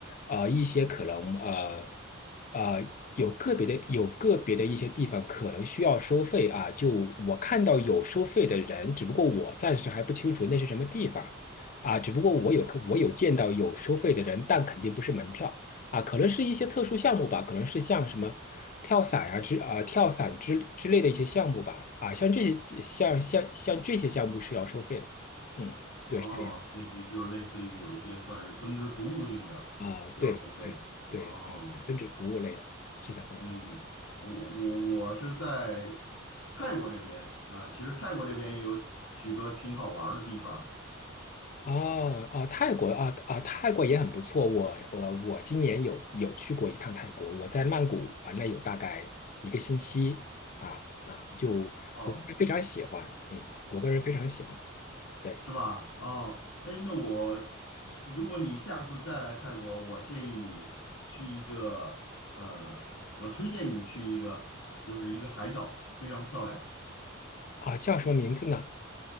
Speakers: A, on the left (about 40°); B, on the left (about 85°).
A: 呃，一些可能呃呃有个别的有个别的一些地方可能需要收费啊，就我看到有收费的人，只不过我暂时还不清楚那是什么地方啊，只不过我有我有见到有收费的人，但肯定不是门票啊，可能是一些特殊项目吧，可能是像什么跳伞呀、之啊、跳伞之之类的一些项目吧，啊，像这些像像像这些项目是要收费的，嗯，
B: 哦，
A: 对，是这样
B: 这就就是类似于有一些算是增值服务性的需要收费。
A: 啊，对对对对对，
B: 哦，
A: 增值服务类的，是的啊。
B: 嗯，我我我是在泰国这边啊，其实泰国这边也有许多挺好玩儿的地方。
A: 哦哦，泰国啊啊，泰国也很不错。我我我今年有有去过一趟泰国，我在曼谷玩了有大概一个星期啊啊，就我不是非常喜欢，
B: 哦
A: 嗯，我个人非常喜欢。对
B: 是吧？哦，哎，那我如果你下次再来泰国，我建议你去一个呃，我推荐你去一个，就是一个海岛，非常漂亮。
A: 啊，叫什么名字呢？